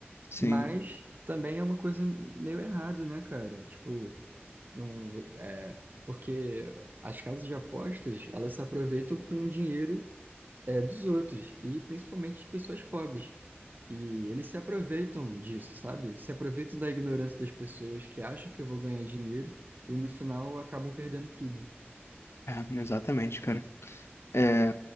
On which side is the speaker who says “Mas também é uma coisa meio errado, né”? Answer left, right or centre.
Right